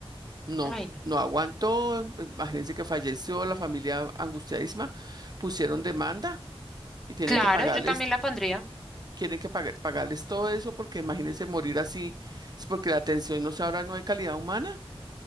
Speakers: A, on the right; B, in the centre.
A: No,
B: Ay, no.
A: no aguantó, em, em, imagínense que falleció, la familia angustiadísima, pusieron demanda y tienen
B: Claro,
A: que pagarles.
B: yo también la pondría.
A: Tienen que pagar- pagarles todo eso porque imagínense morir así, es porque la atención no se ahora no hay calidad humana.